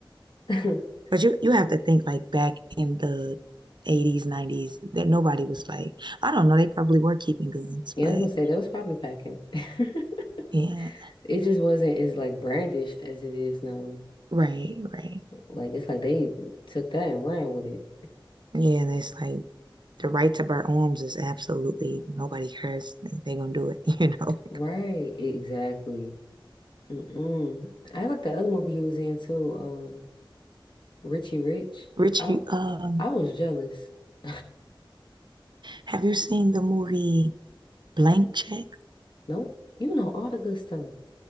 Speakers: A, on the left; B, on the right.
A: <laughs>
B: But you you have to think like back in the 80s, 90s, that nobody was like, I don't know, they probably were keeping guns,
A: yeah,
B: but
A: I was gonna say that was probably packing. <laughs>
B: yeah,
A: It just wasn't as like brandished as it is now.
B: right, right.
A: Like it's like they took that and ran with it.
B: Yeah, and it's like the right to bear arms is absolutely nobody cares. They, they gonna do it, <laughs> you know.
A: Right, exactly. Mm-mm. I like the other movie he was in too, um, Richie Rich.
B: Richie,
A: I
B: um,
A: I was jealous. <laughs>
B: have you seen the movie Blank Check?
A: Nope, you know all the good stuff,